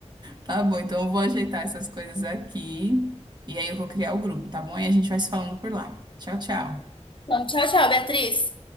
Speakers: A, on the right (about 35°); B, on the left (about 45°).
A: Tá bom, então eu vou ajeitar essas coisas aqui e aí eu vou criar o grupo, tá bom? E a gente vai se falando por lá. Tchau, tchau.
B: Então, tchau, tchau, Beatriz.